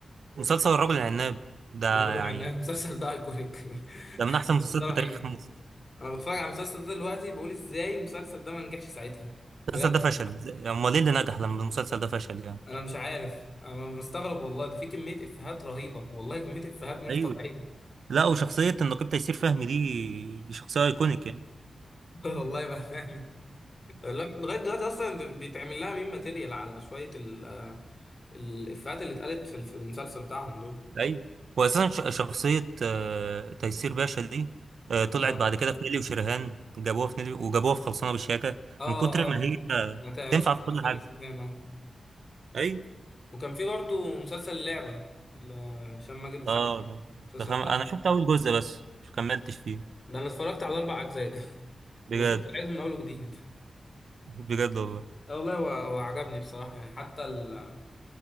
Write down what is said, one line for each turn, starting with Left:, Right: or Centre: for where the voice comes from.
Right: مسلسل الرجل العناب ده
Left: الراجل
Right: يعني
Left: مع ان <laughs> المسلسل ده ايكونيك <laughs> المسلسل
Right: ده من احسن المسلسلات
Left: ده رهيب
Right: في تاريخ <laughs> مصر
Left: انا بتفرج على المسلسل ده دلوقتي بقول ازاي المسلسل ده ما نجحش ساعتها بجد
Right: المسلسل ده فشل إزاي- امال ايه اللي نجح لما المسلسل ده فشل يعني
Left: انا مش عارف انا مستغرب والله ده في كمية افيهات رهيبة والله كمية افيهات مش
Right: ايوه
Left: طبيعية
Right: لا وشخصيه النقيب تيسير فهمي دي دي شخصيه ايكونيك يعني
Left: <laughs> والله بأمانة الواحد لغاية دلوقتي أصلا بيتعمل لها ميم ماتيريال على شوية ال- آه، الإفيهات اللي اتقالت في في المسلسل بتاعهم دول
Right: ايوه واساسا ش- شخصيه آه، تيسير باشا دي آه، طلعت
Left: اه
Right: بعد كده في نيلي وشريهان جابوها في نيلي وجابوها في خلصانه بالشياكه
Left: اه
Right: من كتر ما
Left: اه
Right: هي آه،
Left: ما تع-
Right: تنفع
Left: شفتها
Right: في كل
Left: في
Right: حاجه
Left: نيلي وشوفان اه
Right: ايوه
Left: وكان في برضه مسلسل لعبة ل- هشام ماجد وشيكو
Right: اه ده
Left: المسلسل
Right: ده خم...
Left: ده
Right: انا شفت اول جزء بس مش كملتش فيه
Left: ده أنا اتفرجت على أربع أجزاء <laughs>
Right: بجد
Left: وبفكر أعيده من أول وجديد
Right: بجد والله
Left: آه والله وع- وعجبني بصراحة يعني حتى ال-